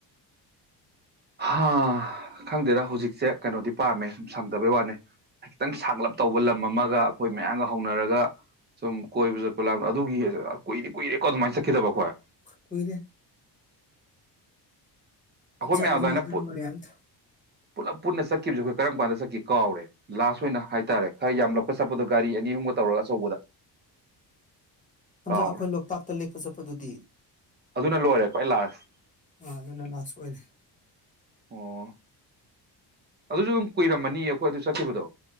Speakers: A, on the right; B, on the left.
A: ꯍꯥ ꯈꯪꯗꯦꯗ ꯍꯧꯖꯤꯛꯁꯦ ꯀꯩꯅꯣꯗꯤ ꯄꯥꯝꯃꯦ ꯁꯪꯗꯕꯩ ꯋꯥꯅꯦ ꯈꯤꯇꯪ ꯁꯥꯡꯒꯂꯞ ꯇꯧꯕ ꯂꯝ ꯑꯃꯒ ꯑꯩꯈꯣꯏ ꯃꯌꯥꯝꯒ ꯍꯧꯅꯔꯒ ꯁꯨꯝ ꯀꯣꯏꯕꯁꯨ ꯑꯗꯨꯒꯤ ꯀꯨꯏꯗꯤ ꯀꯨꯏꯔꯦ ꯀꯣ ꯑꯗꯨꯃꯥꯏꯅ ꯆꯠꯈꯤꯗꯕ ꯑꯩꯈꯣꯏ
B: ꯀꯨꯏꯔꯦ
A: ꯑꯩꯈꯣꯏ
B: ꯆꯠꯅꯤꯡꯉꯦ
A: ꯃꯌꯥꯝ ꯑꯗꯨꯃꯥꯏꯅ
B: ꯑꯗꯨ
A: ꯄꯨ
B: ꯃꯌꯥꯝꯗꯨ
A: ꯄꯨꯂꯞ ꯄꯨꯟꯅ ꯆꯠꯈꯤꯕꯁꯦ ꯑꯩꯈꯣꯏ ꯀꯔꯝ ꯀꯥꯟꯗ ꯆꯠꯈꯤ ꯀꯥꯎꯔꯦ ꯂꯥꯁ ꯑꯣꯏꯅ ꯍꯥꯏꯇꯥꯔꯦ ꯈꯔ ꯌꯥꯝꯂꯛꯄꯠ ꯆꯠꯄꯗꯣ ꯒꯥꯔꯤ ꯑꯅꯤ ꯑꯍꯨꯝꯒ ꯇꯧꯔꯒ ꯑꯆꯧꯕꯗ
B: ꯍꯟꯗꯛ
A: ꯀꯥꯎꯔꯦ
B: ꯑꯩꯈꯣꯏ ꯂꯣꯛꯇꯥꯛꯇ ꯂꯦꯛꯄ ꯆꯠꯄꯗꯨꯗꯤ
A: ꯑꯗꯨꯅ ꯂꯣꯏꯔꯦꯀꯣ ꯑꯩ ꯂꯥꯁ
B: ꯑꯥ ꯑꯗꯨꯅ ꯂꯥꯁ ꯑꯣꯏꯔꯦ
A: ꯑꯣ ꯑꯗꯨꯁꯨ ꯑꯗꯨꯝ ꯀꯨꯏꯔꯝꯃꯅꯤ ꯑꯩꯈꯣꯏ ꯑꯗꯨ ꯆꯠꯈꯤꯕꯗꯣ